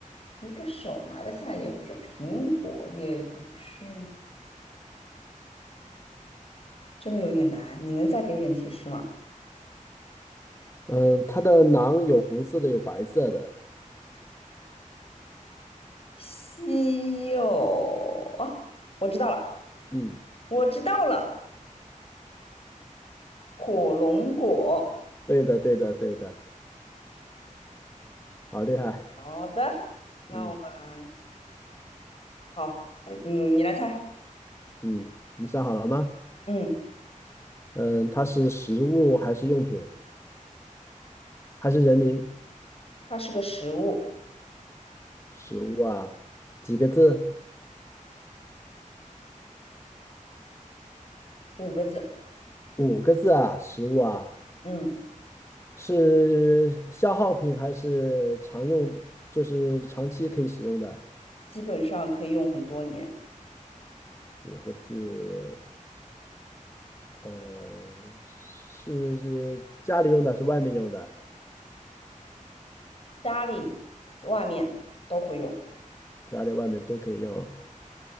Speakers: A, on the left; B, on the left.
A: 一个手拿得下，也不是苹果，也不是，真的有点难。你能再给点提示吗？
B: 嗯，它的囊有红色的，有白色的。
A: 西柚哦，我知道了，
B: 嗯，
A: 我知道了，火龙果。
B: 对的，对的，对的，好厉害。
A: 好的，那我们。
B: 嗯
A: 好，嗯，你来猜。
B: 嗯，你想好了吗？
A: 嗯，
B: 嗯，它是食物还是用品还是人名？
A: 它是个食物，
B: 食物啊，几个字？
A: 五个字。
B: 五个字啊，食物啊，
A: 嗯，
B: 是消耗品还是常用？就是长期可以使用的
A: 基本上可以用很多年，
B: 五个字。呃，是家里用的，是外面用的，
A: 家里、外面都会用。
B: 家里外面都可以用。